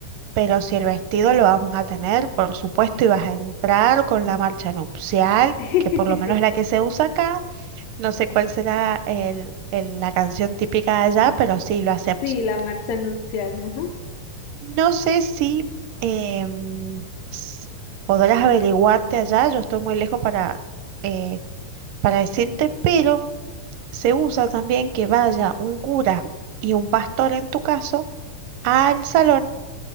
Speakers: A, on the right; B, on the left.
A: pero si el vestido lo vamos a tener, por supuesto, y vas a entrar con la marcha nupcial,
B: <laughs>
A: que por lo menos es la que se usa acá. No sé cuál será el, el- la canción típica de allá, pero sí, lo hacemos.
B: Sí, la marcha nupcial, ajá.
A: No sé si em, s- podrás averiguarte allá, yo estoy muy lejos para, eh, para decirte, pero se usa también que vaya un cura y un pastor en tu caso al salón